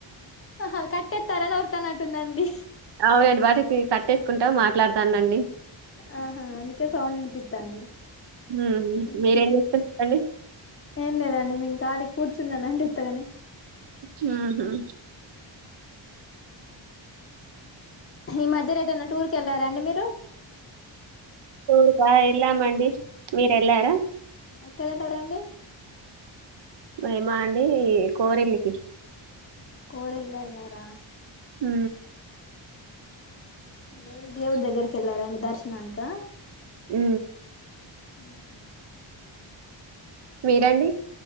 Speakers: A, on the left; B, on the right.
A: ఆహా కట్టెత్తారని వొర్రుతానట్టుందండి
B: అవునండి వాటికి కట్టేసుకుంటా మాట్లాడతానండి
A: ఆహా అందుకే సౌడ్ వినిపిస్తోంది
B: హ్మ్
A: ఉహుం
B: మీరేం చేస్తున్నారండి?
A: ఏం లేదండి మేం కాలీ కూర్చున్నానండి ఉత్తగానే
B: ఉహుం
A: ఈ మధ్యలో ఎటైనా టూర్ క వెళ్లారా అండి మీరు
B: టూర్ క ఎలామండి మిరెల్లారా
A: ఎక్కడంటారంండి
B: మరి మా అండి ఈ కోరెల్లికి
A: కోరల్ల్లో ఎలార
B: హ
A: న దేవుడు దగ్గరికి వెళ్ళారా అండి దర్శనానక
B: ఉ
A: ఉహ
B: మీరండి